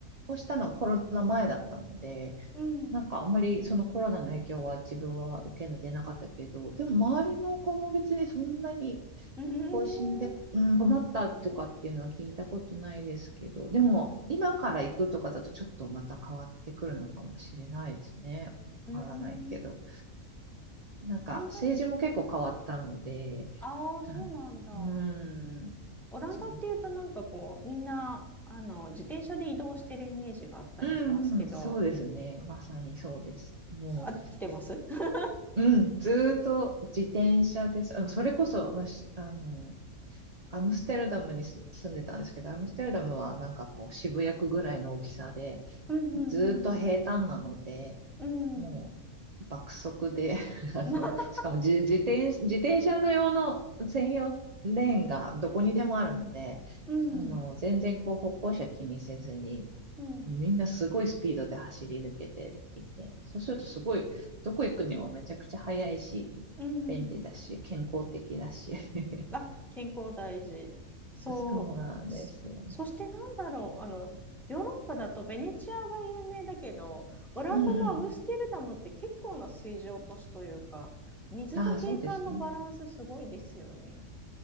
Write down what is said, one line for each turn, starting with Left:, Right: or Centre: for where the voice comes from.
Right: をしたのはコロナ前だったので、
Centre: うん。
Right: なんかあんまりそのコロナの影響は自分は受けてなかったけど、
Centre: う
Right: でも周りの子も別にそんなに
Centre: ーん。
Right: 更新で、
Centre: う
Right: うん、困ったとかっていうのは聞いたことないですけど、でも今から行くとかだとちょっとまた変わってくるのかもしれないですね。
Centre: ーん。
Right: わからないけど。なんか政治も結構変わったので、
Centre: オランダ、ああ、
Right: あのう
Centre: そうなんだ。
Right: ーん。
Centre: オランダっていうとなんかこう、
Right: そう
Centre: みんな、あの、自転車で移動してるイメージがあったりしますけど、
Right: うんうん、そうですね。まさにそうです。も
Centre: 合ってます <laughs>
Right: う、うん、ずーっと自転車です。あの、それこそ、まあ、しあの、アムステルダムにす住んでたんですけど、アムステルダムはなんかこう渋谷区ぐらいの大きさで、
Centre: うんうんうん
Right: ずーっと平坦なので、
Centre: うん。
Right: もう爆速で、
Centre: うん。
Right: <laughs> あの、
Centre: <laughs>
Right: しかも自、自転、自転車の用の専用レーンがどこにでもあるので、
Centre: うん。
Right: あの、全然こう歩行者気にせずに
Centre: うん。
Right: みんなすごいスピードで走り抜けていて、そうするとすごい、どこ行くにもめちゃくちゃ速いし、
Centre: うん。
Right: 便利だし、健康的だし。<laughs>
Centre: あ、健康大事。そう。
Right: そうなんですよ。
Centre: そそしてなんだろう。あの、ヨーロッパだとベネチアが有名だけど、オランダのアムステルダムって結構な水上都市というか、
Right: うんう
Centre: 水と景観のバランスすごいですよね。
Right: ん。ああ、そうですね。